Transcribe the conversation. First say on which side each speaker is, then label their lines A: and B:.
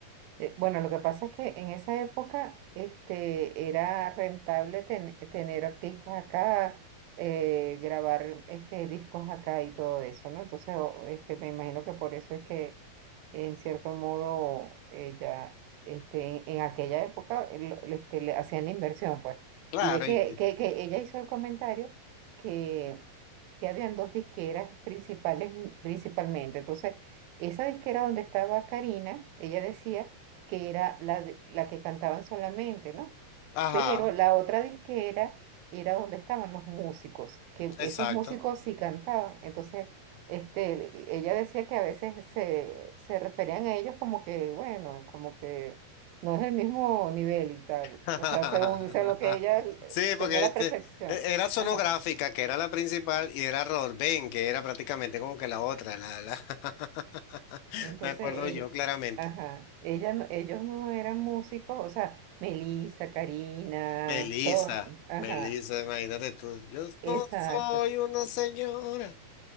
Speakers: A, on the right; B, on the left.
A: Eh, Bueno, lo que pasa es que en esa época este, era rentable ten- tener artistas acá, eh, grabar este, discos acá y todo eso, ¿no? Entonces, o- este, me imagino que por eso es que, en cierto modo, eh, ya este, en, en aquella época eh, lo- lo- este, le hacían la inversión, pues.
B: Claro,
A: Y ve que,
B: y-
A: que, que ella hizo el comentario que, que habían dos disqueras principales, principalmente. Entonces, esa disquera donde estaba Karina, ella decía que era la, de- la que cantaban solamente, ¿no?
B: ajá,
A: Pero la otra disquera era donde estaban los músicos, que
B: exacto.
A: esos músicos sí cantaban. Entonces, este, ella decía que a veces se, se referían a ellos como que, bueno, como que no es el mismo nivel y tal.
B: <laughs>
A: O sea, según, según lo que ella eh,
B: Sí,
A: tenía
B: porque
A: la
B: este,
A: percepción.
B: e- era sonográfica,
A: Ajá.
B: que era la principal, y era Rorben, que era prácticamente como que la otra. La, la... <laughs>
A: Y Entonces,
B: Me acuerdo
A: ellos,
B: yo claramente.
A: ajá, ella, no- ellos no eran músicos, o sea, Melissa, Karina,
B: Melissa,
A: todos, ajá.
B: Melissa, imagínate tú. Yo
A: Exacto,
B: no soy una señora